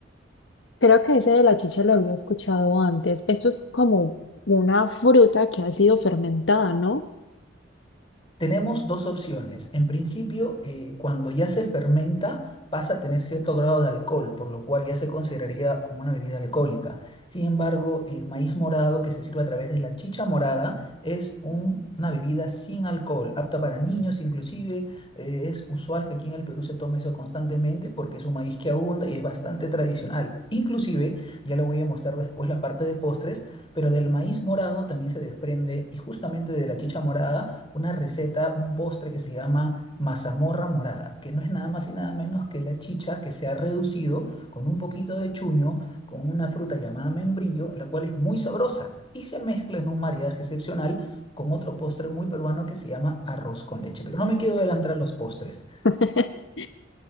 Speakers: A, on the left; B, on the left.
A: Creo que ese de la chicha lo había escuchado antes. Esto es como una fruta que ha sido fermentada, ¿no?
B: Tenemos dos opciones. En principio, eh, cuando ya se fermenta, pasa a tener cierto grado de alcohol, por lo cual ya se consideraría como una bebida alcohólica. Sin embargo, el maíz morado que se sirve a través de la chicha morada es un- una bebida sin alcohol, apta para niños inclusive. eh, es usual que aquí en el Perú se tome eso constantemente porque es un maíz que abunda y es bastante tradicional. Inclusive, ya le voy a mostrar después la parte de postres, pero del maíz morado también se desprende y justamente de la chicha morada una receta, un postre que se llama mazamorra morada, que no es nada más y nada menos que la chicha que se ha reducido con un poquito de chuño, con una fruta llamada membrillo, la cual es muy sabrosa y se mezcla en un maridaje excepcional con otro postre muy peruano que se llama arroz con leche. Pero no me quiero adelantar a los postres.
A: <laughs>